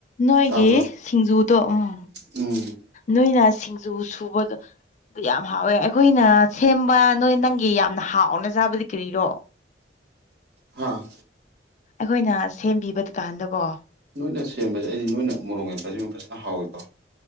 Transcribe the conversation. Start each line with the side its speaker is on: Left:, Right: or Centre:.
Left: ꯅꯣꯏꯒꯤ
Right: ꯇꯥꯕ꯭ꯔꯥ
Left: ꯁꯤꯡꯖꯨꯗꯣ ꯎꯝ
Right: ꯎꯝ
Left: ꯅꯣꯏꯅ ꯁꯤꯡꯖꯨ ꯁꯨꯕꯗ ꯑꯗꯨ ꯌꯥꯝ ꯍꯥꯎꯋꯦ ꯑꯩꯈꯣꯏꯅ ꯁꯦꯝꯕ ꯅꯣꯏ ꯅꯪꯒꯤ ꯌꯥꯝꯅ ꯍꯥꯎꯅ ꯆꯥꯕꯗꯤ ꯀꯔꯤꯔꯣ
Right: ꯍꯥꯥ
Left: ꯑꯩꯈꯣꯏꯅ ꯁꯦꯝꯕꯤꯕ ꯗꯨꯀꯥꯟꯗꯀꯣ
Right: ꯅꯣꯏꯅ ꯁꯦꯝꯕꯁꯦ ꯑꯩꯗꯤ ꯅꯣꯏꯅ ꯃꯣꯔꯣꯡ ꯌꯥꯝꯦ ꯐꯖꯃ ꯐꯖꯅ ꯍꯥꯎꯏꯀꯣ